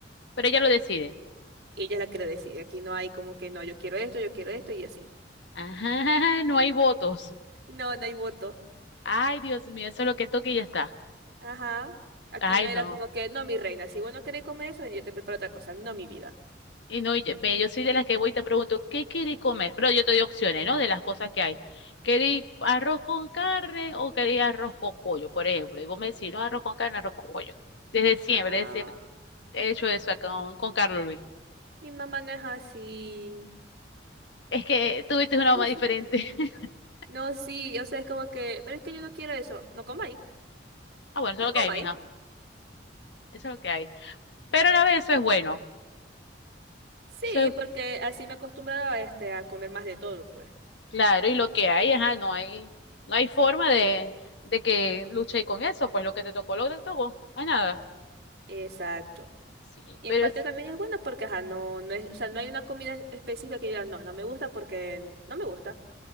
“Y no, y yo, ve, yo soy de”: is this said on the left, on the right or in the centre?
Left